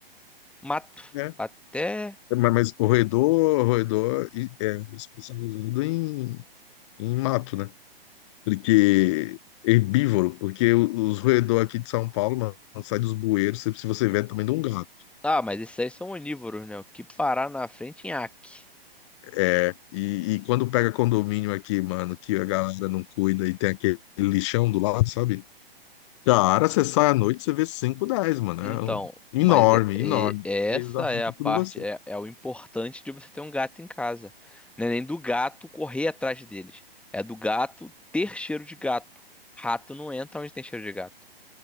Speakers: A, in the centre; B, on the left.
A: mato
B: É.
A: até
B: Mas, mas o roedor, roedor e- é especializado em, em mato, né? Porque herbívoro, porque o- os roedor aqui de São Paulo, mano, sai dos bueiros, se se você vê, é do tamanho de um gato.
A: Ah, mas esses aí são onívoros, né? O que parar na frente, nhaque.
B: É, e, e quando pega condomínio aqui, mano, que a galera não cuida e tem aquele lixão do lado, sabe? Cara, você sai à noite, você vê 5 10, mano. É
A: Então,
B: um- enorme,
A: mas é- é-
B: enorme.
A: essa
B: Eles atacam
A: é a parte,
B: tudo você.
A: é, é o importante de você ter um gato em casa. Não é nem do gato correr atrás deles. É do gato ter cheiro de gato. Rato não entra onde tem cheiro de gato.